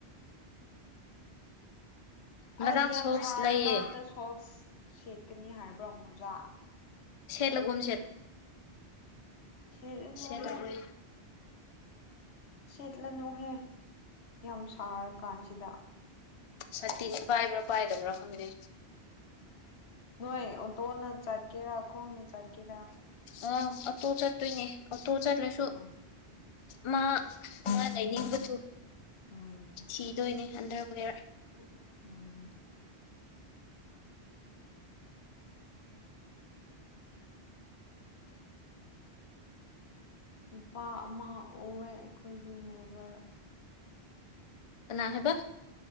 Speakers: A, on the left; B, on the left.
A: ꯉꯔꯥꯡ
B: ꯑꯁ ꯌꯥꯝ
A: ꯁꯣꯛꯁ
B: ꯁꯥꯔꯀꯥꯟꯗ
A: ꯂꯩꯌꯦ
B: ꯁꯣꯛꯁ ꯁꯦꯠꯀꯅꯤ ꯍꯥꯏꯕ꯭ꯔꯣ ꯃ ꯑꯣꯖꯥ
A: ꯁ ꯂꯨꯝ
B: ꯁꯦꯔꯅꯣꯍꯦ
A: ꯁꯦꯠꯂꯔꯣꯏ
B: ꯁꯦꯠꯂꯅꯨꯍꯦ ꯌꯥꯝ ꯁꯥꯔ ꯀꯥꯟꯁꯤꯗ
A: ꯁꯇꯤꯅꯤ ꯄꯥꯏꯕ꯭ꯔꯥ ꯄꯥꯏꯗꯕ꯭ꯔꯥ ꯈꯪꯗꯦ
B: ꯅꯣꯏ ꯇꯣꯅ ꯆꯥꯠꯀꯦꯔ ꯈꯣꯡꯣꯡꯅ ꯆꯥꯠꯀꯦꯔ
A: ꯑꯥ ꯑꯣꯇꯣ ꯆꯠꯇꯣꯏꯅꯦ ꯑꯣꯇꯣ ꯆꯠꯂꯁꯨ
B: ꯑꯥ
A: ꯃꯥ ꯃꯥ ꯂꯩꯅꯤꯡꯕꯗꯨ
B: ꯎꯝ
A: ꯊꯤꯗꯣꯏꯅꯦ ꯑꯟꯗꯔꯕꯨꯒꯔ
B: ꯎꯝ ꯑꯣꯦ ꯅꯨꯄꯥ ꯑꯃ ꯑꯣꯏꯑ ꯑꯩꯈꯣꯏꯒꯤ ꯅꯅꯥꯦꯕꯔ
A: ꯀꯅꯥ ꯍꯥꯏꯕ